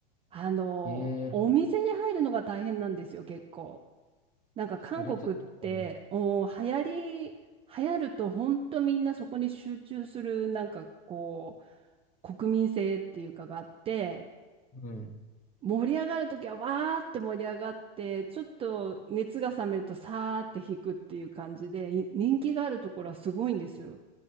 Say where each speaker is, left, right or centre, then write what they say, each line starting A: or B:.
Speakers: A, on the right (about 20°); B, on the left (about 25°).
A: あの、
B: ええ
A: お店に入るのが大変なんですよ、結構。なんか韓国っておー流行
B: ー、それちょっと困る、
A: り流行ると本当みんなそこに集中するなんかこう国民性っていうかがあって
B: うん。
A: 盛り上がる時はわーって盛り上がってちょっと熱が冷めるとさーって引くっていう感じでい人気があるところはすごいんですよ